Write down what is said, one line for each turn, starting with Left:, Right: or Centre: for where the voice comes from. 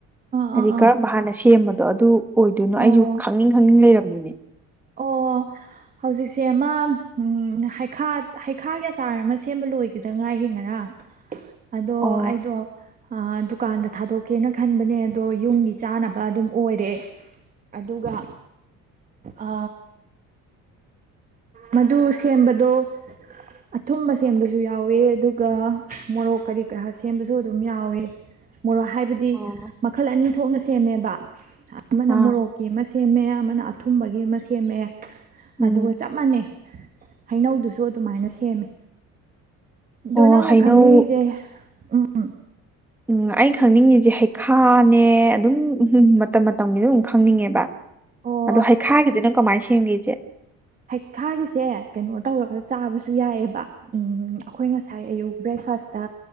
Right: ꯑꯥ
Centre: ꯍꯥꯏꯗꯤ
Right: ꯑꯥ ꯑꯥ
Centre: ꯀꯔꯝꯕ ꯍꯥꯟꯅ ꯁꯦꯝꯕꯅꯣ ꯑꯗꯣ ꯑꯗꯨ ꯑꯣꯏꯗꯣꯏꯅꯣ
Right: ꯑꯣ
Centre: ꯑꯩꯁꯨ ꯈꯪꯅꯤꯡ ꯈꯪꯅꯤꯡ ꯂꯩꯔꯝꯃꯤꯅꯦ
Right: ꯑꯣ ꯍꯧꯖꯤꯛꯁꯦ ꯑꯃ ꯍꯩꯈꯥ ꯍꯩꯈꯥꯒꯤ ꯑꯆꯥꯔ ꯑꯃ ꯁꯦꯝꯕ ꯂꯣꯏꯒꯗ ꯉꯥꯏꯔꯤ ꯉꯔꯥꯡ ꯑꯗꯣ
Centre: ꯑꯣ
Right: ꯑꯗꯣ ꯑ ꯗꯨꯀꯥꯟꯗ ꯊꯥꯗꯣꯛꯀꯦꯅ ꯈꯟꯕꯅꯦ ꯑꯗꯣ ꯌꯨꯝꯒꯤ ꯆꯥꯅꯕ ꯑꯗꯨꯝ ꯑꯣꯏꯔꯦ ꯑꯗꯨꯒ ꯑ ꯃꯗꯨ ꯁꯦꯝꯕꯗꯣ ꯑꯊꯨꯝꯕ ꯁꯦꯝꯕꯁꯨ ꯌꯥꯎꯋꯦ ꯑꯗꯨꯒ ꯃꯣꯔꯣꯛ ꯀꯔꯤ ꯀꯔꯥ ꯁꯦꯝꯕꯁꯨ ꯑꯗꯨꯝ ꯌꯥꯎꯋꯦ ꯃꯣꯔꯣ ꯍꯥꯏꯕꯗꯤ
Centre: ꯑꯣ
Right: ꯃꯈꯜ ꯑꯅꯤ ꯊꯣꯛꯅ ꯁꯦꯝꯦꯃꯦꯕ ꯑꯃꯅ
Centre: ꯑꯥ
Right: ꯃꯣꯔꯣꯛꯀꯤ ꯑꯃ ꯁꯦꯝꯃꯦ ꯑꯃꯅ ꯊꯨꯝꯃꯒꯦ ꯒꯤ ꯑꯃ ꯁꯦꯝꯃꯛꯑꯦ
Centre: ꯎꯝ
Right: ꯑꯗꯨꯒ ꯆꯞ ꯃꯥꯟꯅꯩ ꯍꯩꯅꯧꯗꯨꯁꯨ ꯑꯗꯨꯃꯥꯏꯅ ꯁꯦꯝꯃꯦ ꯑꯗꯣ
Centre: ꯑꯣ
Right: ꯅꯪꯅ
Centre: ꯍꯩꯅꯧ
Right: ꯈꯪꯅꯤꯡꯉꯤꯁꯦ ꯎꯝ
Centre: ꯎꯝ ꯑꯩ ꯈꯪꯅꯤꯡꯉꯤꯁꯦ ꯍꯩꯈꯥꯅꯦ ꯑꯗꯨꯝ ꯎꯝ ꯃꯇꯝ ꯃꯇꯝꯒꯤ ꯑꯗꯨ ꯑꯗꯨꯝ ꯈꯪꯅꯤꯡꯉꯦꯕ
Right: ꯑꯣ
Centre: ꯑꯗꯣ ꯍꯩꯈꯥꯒꯤꯗꯨꯅ ꯀꯃꯥꯏ ꯊꯝꯒꯦꯁꯦ
Right: ꯍꯩꯈꯥꯒꯤꯁꯦ ꯀꯩꯅꯣ ꯇꯧꯔꯒ ꯆꯥꯕꯁꯨ ꯌꯥꯏꯑꯕ ꯎꯝ ꯑꯩꯈꯣꯏ ꯉꯁꯥꯏ ꯑꯌꯨꯛ ꯕ꯭ꯔꯦꯛꯐꯥꯁꯇ